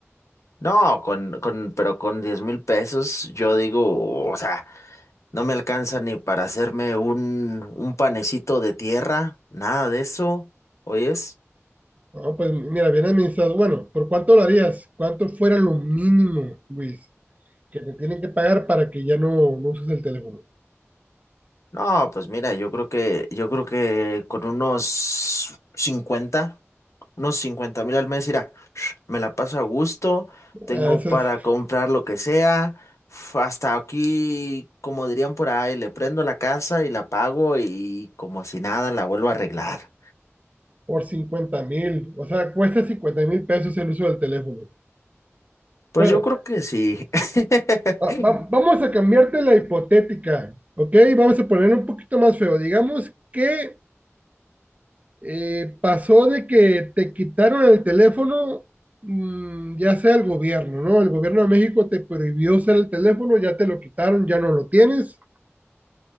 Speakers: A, on the left; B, on the right.
A: No, con, con, pero con diez mil pesos, yo digo, o sea, no me alcanza ni para hacerme un, un panecito de tierra, nada de eso, ¿oyes?
B: No, pues mira, bien administrado. Bueno, ¿por cuánto lo harías? ¿Cuánto fuera lo mínimo, Luis, que te tienen que pagar para que ya no, no uses el teléfono?
A: No, pues mira, yo creo que, yo creo que con unos 50, unos cincuenta mil al mes, mira, me la paso a gusto, tengo
B: Ah, Eso
A: para
B: es
A: comprar lo que sea, f- hasta aquí, como dirían por ahí, le prendo la casa y la pago y como si nada la vuelvo a arreglar.
B: por cincuenta mil. O sea, cuesta cincuenta mil pesos el uso del teléfono.
A: Pues
B: Bueno,
A: yo creo que sí. <laughs>
B: va- va- vamos a cambiarte la hipotética, ¿ok? Vamos a poner un poquito más feo. Digamos que Eh, pasó de que te quitaron el teléfono, mm, ya sea el gobierno, ¿no? El gobierno de México te prohibió usar el teléfono, ya te lo quitaron, ya no lo tienes,